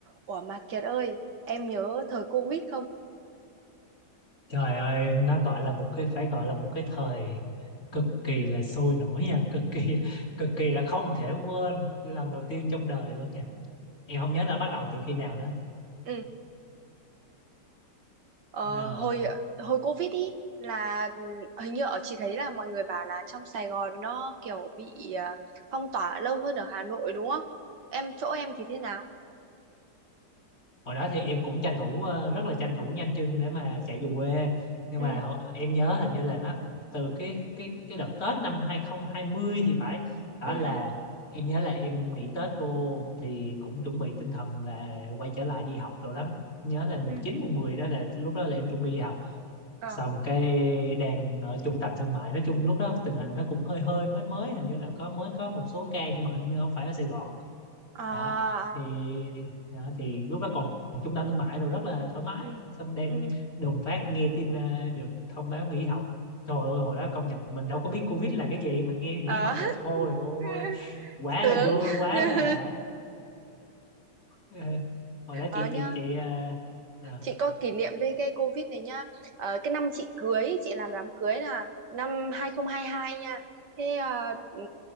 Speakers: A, on the right; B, on the left.
A: Ủa mà Kiệt ơi, em nhớ thời Covid không?
B: Trời ơi, nó gọi là một cái phải gọi là một cái thời cực kỳ là sôi nổi nha, cực kỳ cực kỳ là không thể quên lần đầu tiên trong đời luôn nha. Em không nhớ là bắt đầu từ khi nào nữa.
A: Ừ, ờ,
B: Ờ.
A: hồi hồi Covid ý là ừ, hình như ở chị thấy là mọi người bảo là trong Sài Gòn nó kiểu bị ờ, phong tỏa lâu hơn ở Hà Nội đúng không? Em chỗ em thì thế nào?
B: hồi đó thì em cũng tranh thủ ờ, rất là tranh thủ nhanh chân để mà chạy về quê nhưng
A: Ừ,
B: mà hồi- em nhớ hình như là nó từ cái cái cái đợt Tết năm 2020 thì phải đó
A: ừ,
B: là
A: ừ,
B: em nhớ là em nghỉ Tết vô thì cũng chuẩn bị tinh thần là quay trở lại đi học đồ lắm nhớ là mùng
A: ừ.
B: chín mùng mười đó là lúc đó là em chuẩn bị đi học
A: Ờ.
B: xong cái đang ở trung tâm thương mại nói chung lúc đó tình hình nó cũng hơi hơi mới mới hình như là có mới có một số ca nhưng mà hình như không phải ở Sài Gòn
A: À,
B: đó thì
A: à,
B: đó, thì lúc đó còn còn trung tâm thương mại rồi rất là thoải mái
A: ừ,
B: xong đang
A: ừ.
B: đùng phát nghe tin ờ, được thông báo nghỉ học trời ơi hồi đó công nhận mình đâu có biết Covid là cái gì mình nghe nghỉ
A: Ờ.
B: học là thôi ôi
A: <laughs>
B: quá
A: Sướng.
B: là vui quá
A: <laughs>
B: là ờ, hồi đó
A: Ờ
B: chị
A: nhá.
B: chị chị ờ, ờ,
A: chị có kỷ niệm với cái Covid này nhá Ờ, cái năm chị cưới chị làm đám cưới là năm 2022 nha thế ờ, ừm,